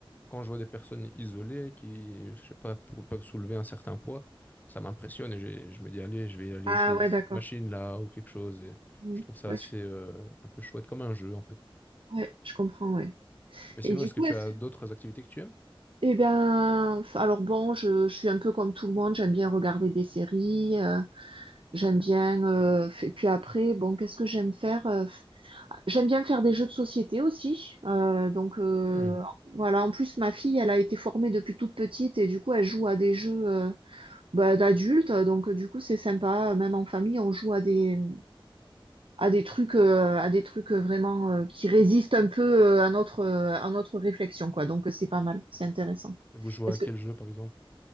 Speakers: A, on the left; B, on the right.
A: quand je vois des personnes isolées qui, je sais pas, pou- peuvent soulever un certain poids, ça m'impressionne et j'ai- je me dis, allez, je vais aller
B: Ah
A: essayer
B: ouais,
A: cette
B: d'accord.
A: machine-là ou quelque chose. Et
B: Mm.
A: je trouve ça
B: Ouais,
A: assez
B: je,
A: euh, un peu chouette, comme un jeu en fait.
B: ouais, je comprends, ouais.
A: Mais sinon,
B: Et du
A: est-ce
B: coup,
A: que tu
B: est-ce
A: as d'autres activités que tu aimes?
B: Eh bien, alors bon, je, je suis un peu comme tout le monde, j'aime bien regarder des séries, euh, j'aime bien... euh, f- et puis après, bon, qu'est-ce que j'aime faire? euh, f- J'aime bien faire des jeux de société aussi. euh, donc euh,
A: Hmm.
B: voilà, en plus ma fille, elle a été formée depuis toute petite et du coup elle joue à des jeux euh, bah, d'adultes. Donc euh, du coup c'est sympa, même en famille, on joue à des à des trucs euh, à des trucs vraiment euh, qui résistent un peu euh, à notre euh, à notre réflexion quoi. Donc c'est pas mal, c'est intéressant.
A: Et Vous jouez
B: Est-ce
A: à quel
B: que
A: jeu, par exemple?